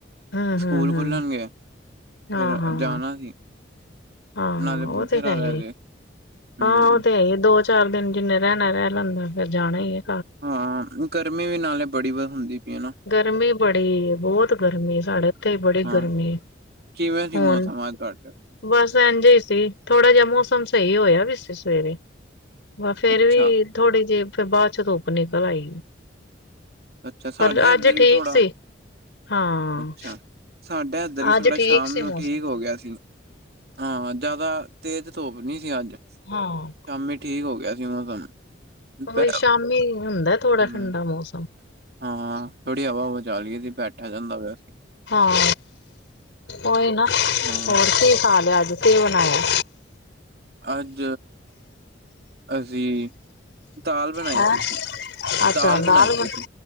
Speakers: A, on the left; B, on the right.
A: ਹਮ-ਹਮ-ਹਮ,
B: ਸਕੂਲ ਖੁੱਲਣਗੇ
A: ਹਾਂ-ਹਾਂ
B: ਫਿਰ ਜਾਣਾ ਸੀ
A: ਹਾਂ
B: ਨਾਲੇ
A: ਉਹ
B: ਬਥੇਰਾ
A: ਤੇ ਹੈ
B: ਰਹਿ
A: ਹੀ।
B: ਲਏ ਹਮ
A: ਹਾ ਮ ਉਹ ਤੇ ਹੈ ਹੀ। ਦੋ ਚ ਚਾਰ ਦਿਨ ਜਿੰਨੇ ਰੈਨਾਂ ਏ ਰੈਅ ਲੈਂਣ ਫਿਰ ਜਾਣਾ ਈ ਏ।
B: ਹਾਂ, ਗਰਮੀ ਵੀ ਨਾਲੇ ਬੜੀ ਵਾਰ ਹੁੰਦੀ। ਪਈ ਹੈ ਨਾ
A: ਗਰਮੀ ਬੜੀ ਏ, ਬੋਤ ਗਰਮੀ ਏ। ਸਾਡੇ ਇੱਥੇ ਵੀ ਬੜੀ
B: ਹਾਂ
A: ਗਰਮੀ।
B: ਕਿਵੇਂ ਦੀ
A: ਹੁਣ
B: ਮੌਸਮ ਏ ਤੁਆਡੇ?
A: ਬਸ ਇੰਝ ਈ ਸੀ। ਥੋੜਾ ਜਿਹਾ ਮੌਸਮ ਸਹੀ ਹੋਇਆ ਵੀ ਸੀ ਸੁਵੇਰੇ ਬਅ ਫੇਰ
B: ਅੱਛਾ
A: ਵੀ ਥੋੜੀ ਜਈ, ਫਿਰ ਬਾਅਦ ਚ ਧੁੱਪ ਨਿਕਲ ਆਈ।
B: ਅੱਛਾ, ਸਾਡੇ
A: ਪਰ ਅੱਜ
B: ਇਧਰ
A: ਠੀਕ
B: ਵੀ ਥੋੜਾ,
A: ਸੀ। ਹਾਂ,
B: ਅੱਛਾ। ਸਾਡਾ ਇਧਰ ਵੀ
A: ਅੱਜ
B: ਥੋੜਾ
A: ਠੀਕ
B: ਸ਼ਾਮ
A: ਸੀ
B: ਨੂੰ
A: ਮੌਸਮ
B: ਠੀਕ
A: ਥੋੜਾ
B: ਹੋ ਗਿਆ ਸੀ। ਹਾਂ। ਜਿਆਦਾ ਤੇਜ ਧੁੱਪ ਨੀ ਸੀ ਅੱਜ। ਸ਼ਾਮੀ
A: ਹਾਂ।
B: ਠੀਕ ਹੋ ਗਿਆ ਸੀ ਮੌਸਮ।
A: ਉਹੀ,
B: ਪੈ
A: ਸ਼ਾਮੀ ਹੁੰਦਾ ਥੋੜਾ
B: ਹਮ
A: ਠੰਡਾ ਮੌਸਮ।
B: ਹਾਂ, ਥੋੜੀ ਹਵਾ-ਹੁਵਾ ਚੱਲ ਗੀ ਸੀ, ਬੈਠਾ ਜਾਂਦਾ ਬਸ।
A: ਹਾਂ, ਓਹੀ ਨਾ,
B: ਹਾਂ
A: ਹੋਰ ਕੀ ਖਾ ਲਿਆ ਅੱਜ, ਕੀ ਬਨਾਇਆ?
B: ਅੱਜ, ਅਸੀ ਦਾਲ ਬਨਾਈ
A: ਹੈਂ
B: ਦੀ ਸੀ,
A: ਅੱਛਾ
B: ਦਾਲ ਬਨਾਈ ਦੀ
A: ਬਣ
B: ਸੀ।